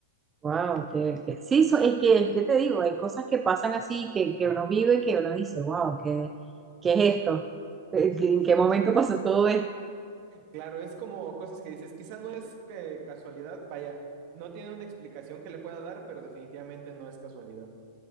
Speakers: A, on the right; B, on the right.
A: Wow, que, que- sí, so- es que, es que te digo, hay cosas que pasan así, que, que uno vive, que uno dice, wow, ¿qué, qué es esto? ¿En en qué momento pasó todo esto?
B: Claro, es como cosas que dices, quizá no es que casualidad, vaya, no tiene una explicación que le pueda dar, pero definitivamente no es casualidad.